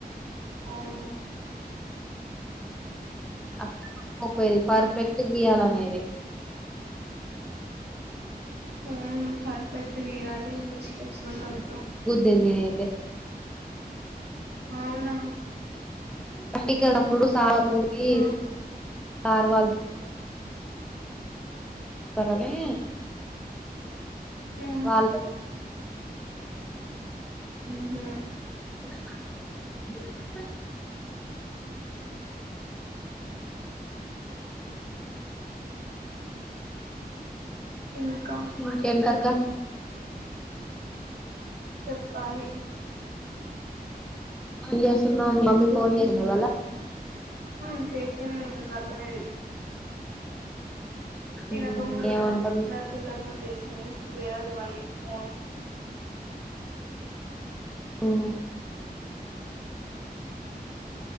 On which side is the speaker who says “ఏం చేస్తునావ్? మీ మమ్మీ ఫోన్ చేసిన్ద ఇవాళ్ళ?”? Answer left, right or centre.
Centre